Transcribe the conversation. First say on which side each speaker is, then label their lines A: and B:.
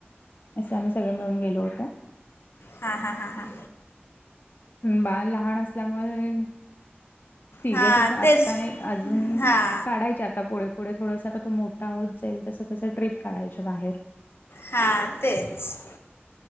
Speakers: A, on the left (about 50°); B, on the left (about 70°).
A: असे आम्ही सगळे मिळून गेलो होतो.
B: हा हा, हा हा.
A: बाळ लहान असल्यामुळे. तिघच
B: हां
A: असं आत्ता
B: तेच
A: नाही अजून
B: हां
A: काढायचे आता पुढ पुढे थोडासा आता तो मोठा होत जाईल तसं तसं ट्रिप काढायच्या बाहेर.
B: हा तेच.